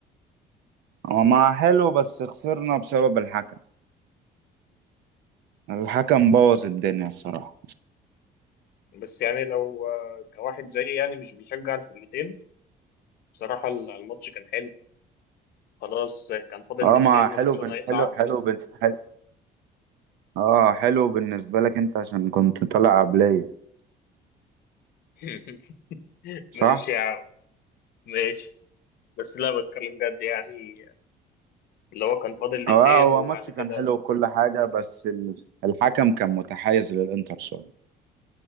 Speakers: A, on the right; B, on the left.
A: هو ما حلو بس خسرنا بسبب الحكم الحكم بوظ الدنيا الصراحة
B: بس يعني لو آه، كواحد زيي يعني مش بيشجع الفرقتين بصراحة الماتش كان حلو خلاص آه، كان فاضل
A: اه
B: دقيقتين
A: ما حلو
B: وبرشلونة
A: بن...
B: هيصعد
A: حلو حلو بن... حلو اه حلو بالنسبة لك انت عشان كنت طالع قبلية
B: <laughs>
A: صح؟
B: ماشي يا عم ماشي بس لا بتكلم جد يعني اللي هو كان فاضل دقيقتين
A: اه هو
B: وبعد
A: ماتش
B: كده
A: كان حلو وكل حاجة بس ال... الحكم كان متحيز للانتر شوية